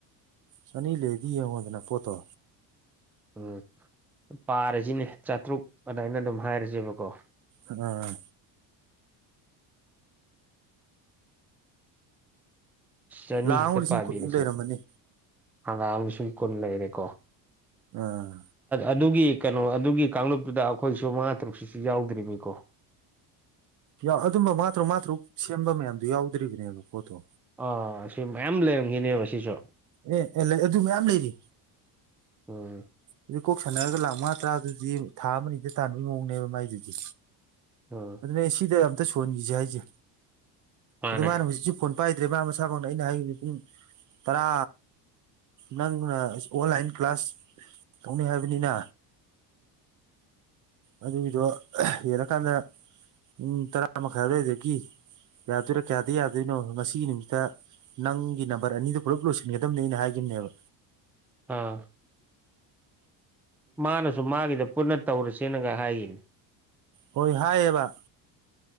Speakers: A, on the right; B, in the centre.
A: ꯆꯅꯤ ꯂꯩꯔꯗꯤ ꯌꯦꯡꯉꯣꯗꯅ ꯄꯣꯠꯇꯣ
B: ꯎꯝ ꯄꯥꯔꯖꯤꯅꯦ ꯆꯥꯇ꯭ꯔꯨꯛ ꯑꯗꯨꯃꯥꯏꯅ ꯑꯗꯨꯝ ꯍꯥꯏꯔꯖꯦꯕꯀꯣ
A: ꯑꯥ
B: ꯆꯅꯤ
A: ꯂꯥꯛ
B: ꯍꯦꯛꯇ
A: ꯑꯃꯒ ꯂꯤꯁꯤꯡ
B: ꯄꯥꯕꯤꯔꯁꯦ
A: ꯀꯨꯟꯃꯨꯛ ꯂꯩꯔꯝꯃꯅꯤ
B: ꯍꯪꯒꯥꯥꯡ ꯂꯤꯁꯤꯡ ꯀꯨꯟ ꯂꯩꯔꯦꯀꯣ
A: ꯑꯥ
B: ꯑꯗꯨꯒꯤ ꯀꯩꯅꯣ ꯑꯗꯨꯒꯤ ꯀꯥꯡꯂꯨꯞꯇꯨꯗ ꯑꯩꯈꯣꯏꯁꯨ ꯃꯉꯥ ꯇꯔꯨꯛꯁꯤꯁꯨ ꯌꯥꯎꯗ꯭ꯔꯤꯕꯅꯤꯀꯣ
A: ꯌꯥꯎ ꯑꯗꯨꯝꯕ ꯃꯥꯉ ꯇꯔꯨꯛ ꯃꯥꯉ ꯇꯔꯨꯛ ꯁꯦꯝꯕ ꯃꯌꯥꯝꯗꯣ ꯌꯥꯎꯗ꯭ꯔꯤꯕꯅꯦꯕ ꯄꯣꯠꯇꯣ
B: ꯑꯥ ꯁꯤ ꯃꯌꯥꯝ ꯂꯩꯔꯝꯈꯤꯅꯦꯕ ꯁꯤꯁꯨ
A: ꯑꯦ ꯑꯦ ꯂꯩ ꯑꯗꯨ ꯃꯌꯥꯝ ꯂꯩꯔꯤ
B: ꯑꯣ
A: ꯑꯗꯨ ꯀꯣꯛ ꯁꯥꯟꯅꯔꯒ ꯂꯥꯛ ꯃꯉꯥ ꯇꯔꯥꯗꯨꯗꯤ ꯊꯥ ꯑꯃ ꯑꯅꯤꯗ ꯇꯥꯟꯕꯒꯤ ꯃꯑꯣꯡꯅꯦꯕ ꯃꯥꯏꯗꯨꯗꯤ
B: ꯎꯝ
A: ꯑꯗꯨꯅꯦ ꯁꯤꯗ ꯑꯝꯇ ꯁꯣꯟꯍꯟꯈꯤꯁꯦ ꯍꯥꯏꯁꯦ
B: ꯃꯥꯅꯦ
A: ꯑꯗꯨ ꯃꯥꯅ ꯍꯧꯖꯤꯛꯁꯨ ꯐꯣꯟ ꯄꯥꯏꯗ꯭ꯔꯦꯕ ꯃꯥ ꯃꯁꯥꯃꯛꯅ ꯑꯩꯅ ꯍꯥꯏꯈꯤꯕ ꯄꯨꯡ ꯇꯔꯥ ꯅꯪꯅ ꯑꯣꯟꯂꯥꯏꯟ ꯀ꯭ꯂꯥꯁ ꯇꯧꯅꯤ ꯍꯥꯏꯕꯅꯤꯅ ꯑꯗꯨꯒꯤꯗꯣ ꯍꯦꯜꯂꯀꯥꯟꯗ ꯄꯨꯡ ꯇꯔꯥ ꯃꯈꯥꯏ ꯗꯨꯋꯥꯢꯗꯒꯤ ꯌꯥꯗꯣꯏꯔꯥ ꯀꯌꯥꯗ ꯌꯥꯗꯣꯏꯅꯣ ꯉꯁꯤꯒꯤ ꯅꯨꯃꯤꯠꯁꯤꯗ ꯅꯪꯒꯤ ꯅꯝꯕꯔ ꯑꯅꯤꯗꯨ ꯄꯨꯂꯞ ꯂꯣꯏꯁꯤꯟꯒꯗꯕꯅꯦꯅ ꯑꯩꯅ ꯍꯥꯏꯒꯤꯕꯅꯦꯕ
B: ꯑꯥ ꯃꯥꯅꯁꯨ ꯃꯥꯒꯤꯗ ꯄꯨꯟꯅ ꯇꯧꯔꯁꯦꯅꯒ ꯍꯥꯏꯈꯤꯕꯅꯤ
A: ꯍꯣꯏ ꯍꯥꯏꯌꯦꯕ